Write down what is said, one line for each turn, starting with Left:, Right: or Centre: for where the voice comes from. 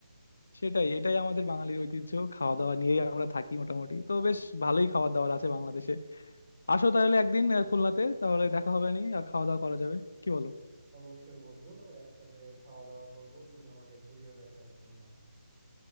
Left: সেটাই এটাই আমাদের বাঙালির ঐতিহ্য খাওয়া দাওয়া নিয়েই আমরা থাকি মোটামুটি তো বেশ ভালোই খাওয়া দাওয়ার আছে বাংলাদেশে আসো তাহলে একদিন আহ, খুলনাতে তাহলে দেখা হবে নি আর খাওয়া দাওয়া করা যাবে কি বলো
Right: অবশ্যই বন্ধু একসাথে খাওয়া দাওয়া করব তুমি আমাকে ঘুরিয়ে দেখাও খুলনা